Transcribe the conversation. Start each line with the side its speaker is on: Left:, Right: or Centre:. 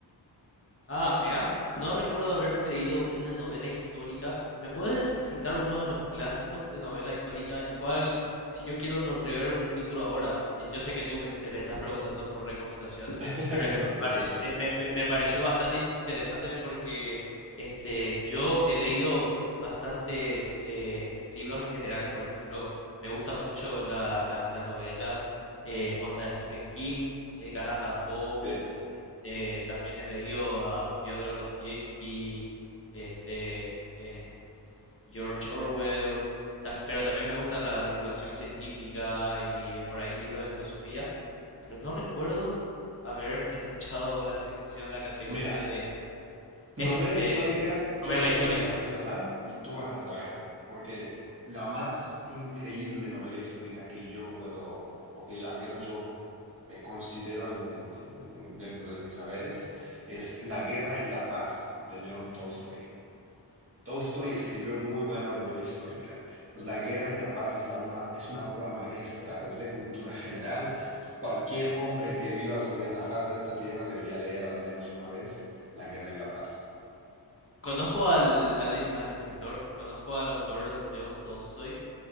Left: Ah, mira, no recuerdo haber leído una novela histórica. ¿Me puedes citar uno de los clásicos de novela histórica? ¿Y cuál, si yo quiero no- leer un título ahora, y yo sé que tú me, te- me estás preguntando por recomendación,
Right: <laughs>
Left: pero es que
Right: No te
Left: me, parec-
Right: preocupes.
Left: me- me- me- me pareció bastante interesante porque este, yo he leído bastantes eh, libros en generales, por ejemplo, me gustan mucho la- las las novelas, eh, onda Stephen King, Edgar Allan Poe,
Right: Sí.
Left: eh, también he leído a Fyodor Dostoyevsky, este, en George Orwell, tam- pero también me gusta la divulgación científica y eh, por ahí libros de filosofía, pero no recuerdo haber escuchado la sección, la categoría
Right: Mira,
Left: de
Right: novela
Left: este, eh,
Right: histórica, yo
Left: novela
Right: los
Left: histórica.
Right: empiezo a mencionar y tú vas a saber, porque la más increíble novela histórica que yo puedo, o que al menos yo eh, considero en- en- en- en- dentro de mis saberes, es La Guerra y la Paz de León Tolstoy. Tolstoy escribió muy buena novela histórica. Pues La guerra y la paz es, la una, es una obra maestra, es de cultura general. Cualquier hombre que viva sobre la faz de esta tierra debería leer al menos una vez La guerra y la paz.
Left: Conozco al, al, al escritor, conozco al autor León Tolstoy